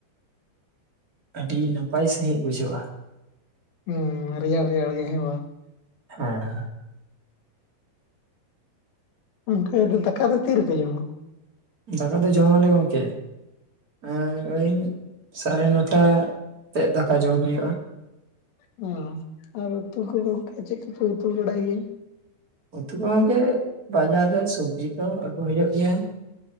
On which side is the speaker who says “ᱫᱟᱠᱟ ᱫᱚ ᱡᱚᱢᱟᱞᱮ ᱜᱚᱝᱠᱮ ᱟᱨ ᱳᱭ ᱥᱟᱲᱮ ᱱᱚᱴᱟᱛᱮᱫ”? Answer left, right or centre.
Right